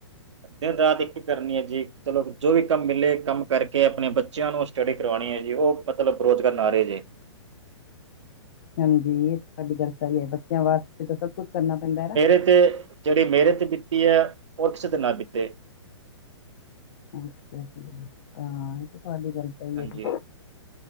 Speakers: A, on the right; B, on the left.
A: ਦਿਨ- ਰਾਤ ਇੱਕ ਹੀ ਕਰਨੀ ਹੈ, ਜੀ ਚਲੋ ਜੋ ਵੀ ਕੰਮ ਮਿਲੇ ਕੰਮ ਕਰਕੇ ਆਪਣੇ ਬੱਚਿਆਂ ਨੂੰ ਸਟੱਡੀ ਕਰਵਾਣੀ ਹੈ ਜੀ ਉਹ ਮਤਲਬ ਅਪਰੋਚ ਕਰਨ ਆ ਰਹੇ ਨੇ।
B: ਹਾਂਜੀ, ਇਹ ਤੁਹਾਡੀ ਗੱਲ ਸਹੀ ਐ, ਬੱਚਿਆਂ ਵਾਸਤੇ ਤਾਂ ਸਭ ਕੁਛ ਕਰਨਾ ਪੈਂਦਾ ਐ ਨਾ।
A: ਕਿ ਤੇ ਜਿਹੜੀ ਮੇਰੇ ਤੇ ਬੀਤੀ ਐ, ਉਹ ਕਿਸੇ ਤੇ ਨਾ ਬੀਤੇ।
B: ਅੱਛਾ, ਇਹ ਤਾਂ ਤੁਹਾਡੀ ਗੱਲ ਸਹੀ
A: ਹਾਂਜੀ
B: ਐ ਜੀ।